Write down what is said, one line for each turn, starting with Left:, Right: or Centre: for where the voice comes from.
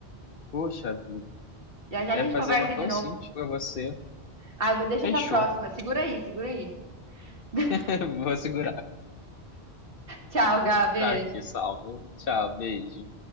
Left: Puxa vida.
Right: Já já
Left: É
Right: a gente
Left: fazer
Right: conversa
Left: uma tão
Right: de novo.
Left: simples pra você.
Right: Ah, deixa
Left: Fechou.
Right: pra próxima. Segura aí, segura aí. <laughs>
Left: <laughs> Vou segurar.
Right: Tchau, Gabi.
Left: Tá aqui, salve. Tchau, beijo.